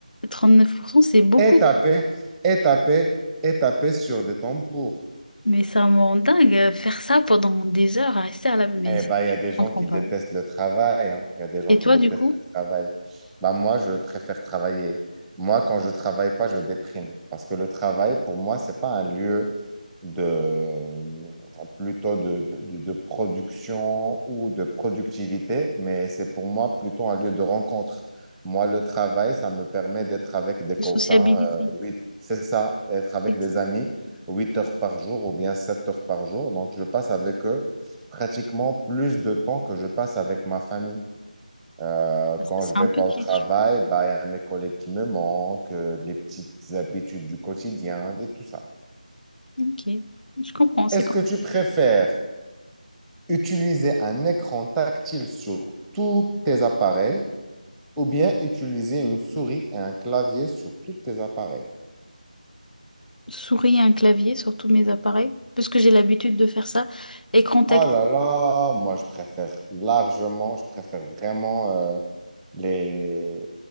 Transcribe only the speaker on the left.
39%, c'est beaucoup,
mais ça me rend dingue euh, faire ça pendant des heures à rester à la maison.
Mais
je
comprends
pas.
Et
toi,
du coup,
de sociabilité.
Et
Ça,
c'est
un peu
cliché.
Ok, je comprends. C'est
quand
je souris à un clavier, sur tous mes appareils, parce que j'ai l'habitude de faire ça, et contact.